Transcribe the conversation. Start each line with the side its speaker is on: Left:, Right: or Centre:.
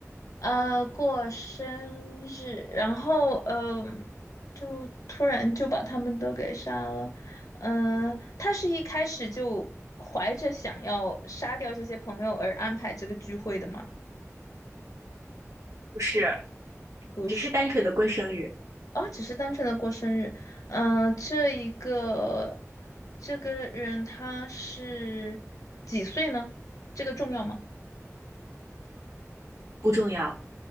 Left: 呃，过生日，然后嗯、呃就突然就把他们都给杀了。嗯、他是一开始就怀着想要杀掉这些朋友而安排这个聚会的吗？
Right: 不是，
Left: 不是。
Right: 只是单纯的过生日，
Left: 哦，只是单纯的过生日。嗯、这一个这个人他是几岁呢？这个重要吗？
Right: 不重要。